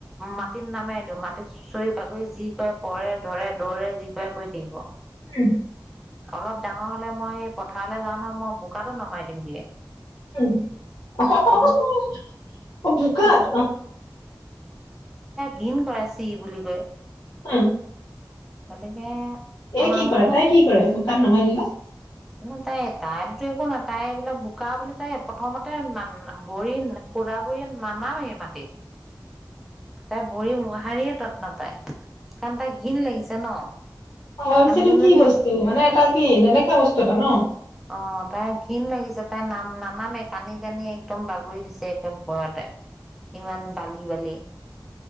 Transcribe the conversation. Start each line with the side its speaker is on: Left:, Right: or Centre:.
Centre: মাটিত নামাই দিও, মাটিত চুচৰি বাগৰি যি কৰে পৰে ধৰে দৌৰে যি কৰে কৰি থাকিব।
Left: <unintelligible>
Centre: অলপ ডাঙৰ হলে মই সেই পথাৰলৈ যাওঁ নহয় মই বোকাটো নমাই দিম দিয়ে
Left: উম অহোহোহো অ বোকাত
Centre: কিছ ঘৃণ কৰে চি বুলি কয়
Left: উম।
Centre: গতিকে
Left: এ
Centre: মানুহ
Left: কি কৰে, তাই কি কৰে? তাত নমাই দিলে।
Centre: নহয়, তাই টাইমতো একো নাপায়। পেট ভৰিল মোৰ। সঁহাৰিয়ে তত্ নাপায়। কাৰণ তাইৰ ঘৃণ লাগিছে ন?
Left: অন
Centre: কাৰণ
Left: ছিৰিজ
Centre: যোনজনী
Left: কি বস্তু মানে এটা কি নেদেখা বস্তু এটা ন?
Centre: অ তাই ঘিণ লাগিছে তাই নাম নানামে কান্দি কান্দি একদম বাগৰি দিছে একে ওপৰতে ইমান বালি বালি।